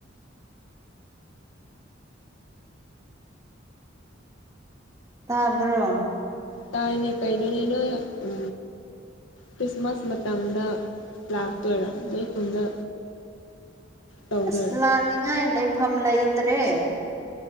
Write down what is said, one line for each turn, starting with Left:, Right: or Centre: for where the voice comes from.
Right: ꯇꯥꯕ꯭ꯔꯣ
Left: ꯇꯥꯏꯅꯦ ꯀꯩꯩꯅꯣꯅꯤ ꯅꯣꯏ ꯎ ꯈ꯭ꯔꯤꯁꯃꯥꯁ ꯃꯇꯝꯗ ꯂꯥꯛꯇꯣꯏꯔꯥ ꯅꯣꯏ ꯈꯨꯟꯗ ꯇꯧꯗꯣꯏꯔꯥ
Right: ꯑꯁ ꯂꯥꯟꯅꯤꯡꯉꯥꯏ ꯂꯩꯐꯝ ꯂꯩꯇ꯭ꯔꯦ